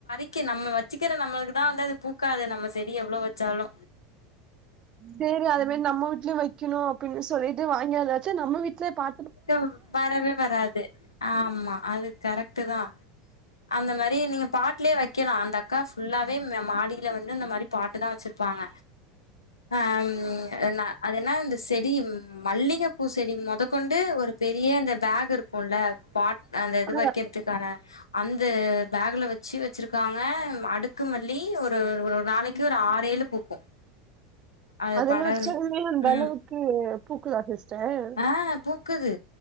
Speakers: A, on the left; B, on the right.
A: ஓகே நம்ம வெச்சிக்கிற நம்மளுக்கு தா வந்து அது பூக்காது நம்ம செடி எவ்ளோ வெச்சாலு
B: சேரி அது மேரி நம்ம வீட்லயு வெய்க்கணு அப்டினு சொல்லிட்டு வாங்கியாந்து வெச்சி நம்ம வீட்ல பா
A: <unintelligible> வரவே வராது ஆமா அது கரெக்டு தா அந்த மேரி நீங்க பாட்லயே வெய்க்கலா அந்த அக்கா ஃபுல்லாவே ம் மாடியில வந்து இந்த மாரி பாட்டு தா வெச்சிருப்பாங்க ஆ ம் நா அதென்ன இந்த செடி மல்லிக பூ செடி மொதக்கொண்டு ஒரு பெரிய இந்த பேகு இருக்குல்ல பாட் அந்த இது
B: ஆ
A: வெக்கிறதுக்காக அந்த பேகுல வெச்சி வெச்சிருக்காங்க அடுக்கு மல்லி ஒரு ஒரு ஒரு நாளைக் கு ஒரு ஆறேழு பூக்கு அது
B: அதுலா
A: படர்
B: வெச்சா உண்மையா அந்த
A: ம்
B: அளவுக்கு பூக்குதா சிஸ்டர்
A: ஆ பூக்குது